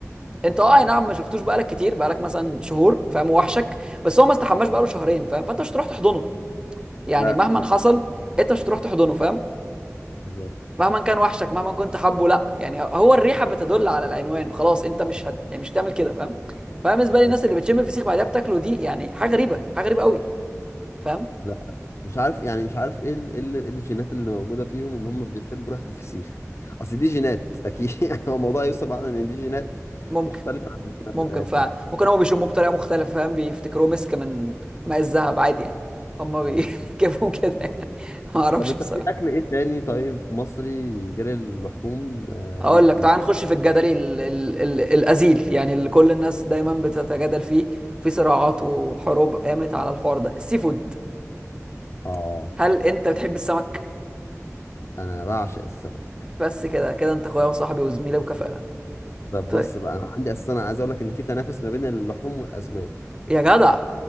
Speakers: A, on the right; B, on the left.
A: انت اه اي نعم ما شفتوش بقالك كتير بقالك مثلا شهور فاهم وحشك بس هو ما استحماش بقاله شهرين فاهم فانت مش هتروح تحضنه يعني
B: لا
A: مهما حصل انت مش هتروح تحضنه فاهم
B: بالظبط.
A: مهما كان وحشك مهما كنت حبه لا يعني هو الريحه بتدل على العنوان فخلاص انت مش هت... يعني مش هتعمل كده فاهم فانا بالنسبه لي الناس
B: آه.
A: اللي بتشم الفسيخ بعدها بتاكله دي يعني حاجه غريبه حاجه غريبه قوي فاهم
B: لا مش عارف يعني مش عارف ايه ال- ايه ال- إيه الجينات اللي موجوده فيهم ان هم بيحبوا ريحه الفسيخ اصل دي جينات اكيد <laughs> يعني هو الموضوع يوصل معانا ان دي جينات
A: ممكن
B: مختلفه عن الجينات
A: ممكن
B: بتاعتنا
A: فممكن هم بيشموه بطريقه مختلفه فاهم بيفتكروه مسك من ماء الذهب عادي يعني هم بيجيبهم
B: آه، بالظبط.
A: <laughs> كده يعني ما اعرفش
B: طب انت
A: بصراحه
B: في اكل ايه تاني طيب مصري غير اللحوم آه
A: اقول
B: ليك فيه
A: لك تعال نخش في الجدل ال ال ال الازيل يعني اللي كل الناس دايما بتتجادل فيه في صراعات وحروب قامت على الحوار ده السي فود
B: اه
A: هل انت بتحب السمك
B: انا بعشق السمك
A: بس كده كده انت اخويا وصاحبي وزميلي وكفاءة
B: طب
A: طيب
B: بص بقى انا عندي اساسا أنا عايز اقول لك ان في تنافس ما بين اللحوم والاسماك
A: يا جدع